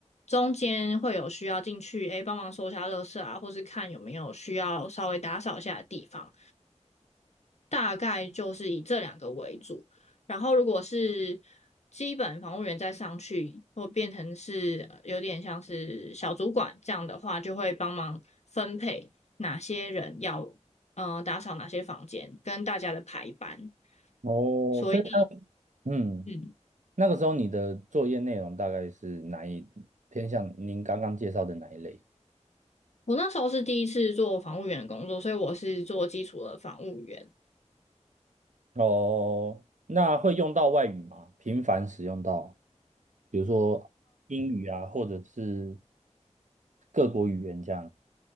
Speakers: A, on the left; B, on the right.
A: 中间会有需要进去，哎帮忙收一下垃圾啊，或是看有没有需要稍微打扫一下的地方。大概就是以这两个为主。然后如果是基本防务员再上去，或变成是呃有点像是小主管这样的话，就会帮忙分配哪些人要嗯、呃打扫哪些房间，跟大家的排班。
B: 哦，
A: 所以，
B: 所以那嗯，
A: 嗯，
B: 那个时候你的作业内容大概是哪一偏向您刚刚介绍的哪一类？
A: 我那时候是第一次做防务员的工作，所以我是做基础的防务员。
B: 哦，那会用到外语吗？频繁使用到，比如说英语啊，或者是各国语言这样。